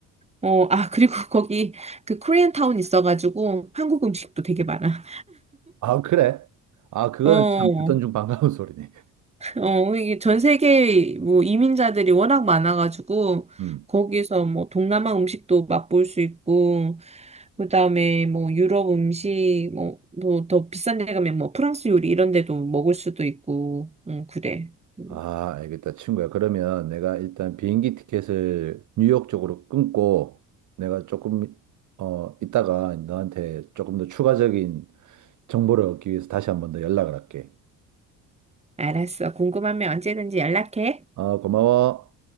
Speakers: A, on the right (about 15°); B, on the right (about 50°).
A: 어, 아, 그리고 <laughs> 거기 그 코리안 타운 있어가지고 한국 음식도 되게 많아.
B: 아, 그래? 아, 그거는
A: 어,
B: 참 듣던 중 반가운 <laughs> 소리네.
A: 어, 이게 전 세계 뭐 이민자들이 워낙 많아가지고
B: 음.
A: 거기서 뭐 동남아 음식도 맛볼 수 있고 그다음에 뭐 유럽 음식 뭐더 비싼 데 가면 뭐 프랑스 요리 이런 데도 먹을 수도 있고 응, 그래. 음,
B: 아, 알겠다, 친구야. 그러면 내가 일단 비행기 티켓을 뉴욕 쪽으로 끊고 내가 조금, 어, 이따가 너한테 조금 더 추가적인 정보를 얻기 위해서 다시 한번 더 연락을 할게.
A: 알았어. 궁금하면 언제든지 연락해.
B: 아, 고마워.